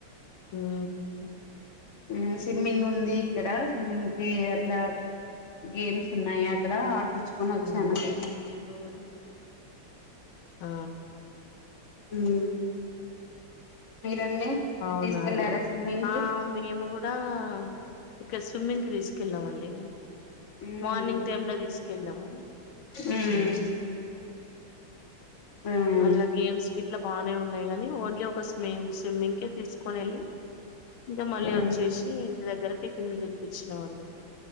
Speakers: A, on the left; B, on the left.
A: ఉం
B: ఉం స్విమ్మింగ్ ఉంది, ఇక్కడ స్విమ్మింగ్ కి అట్లా. గేమ్స్ ఉన్నాయి అక్కడ, ఆడిపిచుకొని వచ్చామండి
A: ఉమ్
B: ఈవినింగ్ రోజు.
A: ఆ
B: ఉం మీరండి మీరు
A: అవునండి.
B: తీసుకెళ్లారా స్విమ్మింగ్
A: ఆ
B: కి
A: మేము గూడా. గూడా, ఇక్కడ స్విమ్మింగ్ కి తీసుకెళ్ళామండి.
B: ఉమ్,
A: మార్నింగ్ టైమ్ లో, తీసుకెళ్లము.
B: ఉమ్,
A: ఉం
B: ఉమ్,
A: అల్లా గేమ్స్ గీట్లా బాగానే ఉన్నాయి గానీ, ఓన్లీ ఒక స్విమ్ స్విమ్మింగ్ కే తీసుకొని వెళ్లి. ఇగ మళ్లీ
B: ఉమ్,
A: వచ్చేసి ఇంటి దగ్గర టిఫిన్ తినిపించినాం అండి